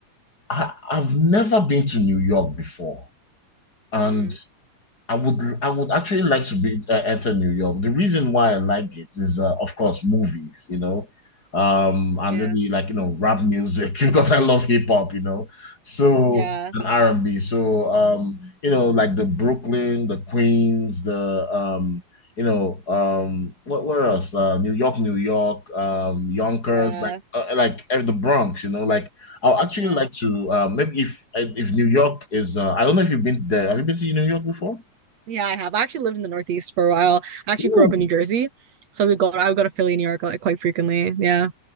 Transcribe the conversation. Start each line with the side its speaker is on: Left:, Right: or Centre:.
Left: I, I've never been to New York before, and
Right: Mm,
Left: I would I would actually like to be uh, enter New York. The reason why I like it is, uh, of course, movies, you know, um, and
Right: yeah,
Left: maybe like you know rap music <laughs> because I love hip hop, you know, so
Right: yeah,
Left: and R and B. So um, you know, like the Brooklyn, the Queens, the um, you know, um, what where else? Uh, New York, New York, um, Yonkers,
Right: yeah.
Left: like uh, like uh, the Bronx, you know, like. I'll actually
Right: Yeah.
Left: like to uh, maybe if if New York is uh, I don't know if you've been there. Have you been to New York before?
Right: Yeah, I have. I actually lived in the Northeast for a while. I actually
Left: Ooh,
Right: grew up in New Jersey. So we go I would go to Philly, New York like quite frequently. Yeah.